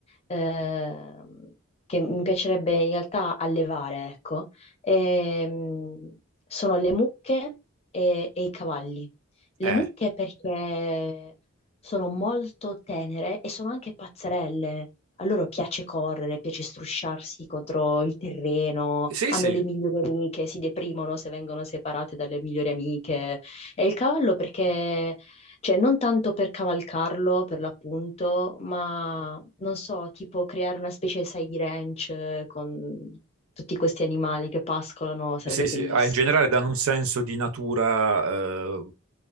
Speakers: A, on the left; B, on the right.
A: ehm, che mi piacerebbe in realtà allevare, ecco, ehm, sono le mucche e, e i cavalli. Le
B: Eh.
A: mucche perché sono molto tenere e sono anche pazzerelle. A loro piace correre, piace strusciarsi contro il terreno,
B: Sì,
A: hanno
B: sì,
A: le migliori amiche, si deprimono se vengono separate dalle migliori amiche. E il cavallo perché, cioè non tanto per cavalcarlo, per l'appunto, ma non so, tipo creare una specie, sai, di ranch eh, con tutti questi animali che pascolano, sarebbe
B: sì, sì,
A: bellissimo.
B: ah, in generale danno un senso di natura, eh,